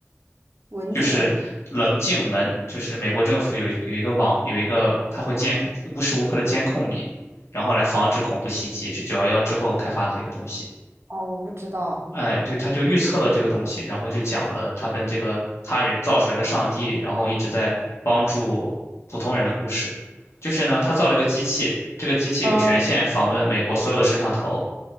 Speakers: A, on the right (about 65°); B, on the left (about 65°).
A: 文静文
B: 就是棱镜门，就是美国政府有有一个网有一个，它会监无时无刻的监控你，然后来防止恐怖袭击，是九幺幺之后开发的一个东西。
A: 哦，我不知道。
B: 哎，对，他就预测了这个东西，然后就讲的他跟这个他人造出来的上帝，然后一直在帮助普通人的故事。就是呢，他造了一个机器，这个机器有权限访问美国所有的摄像头，
A: 嗯，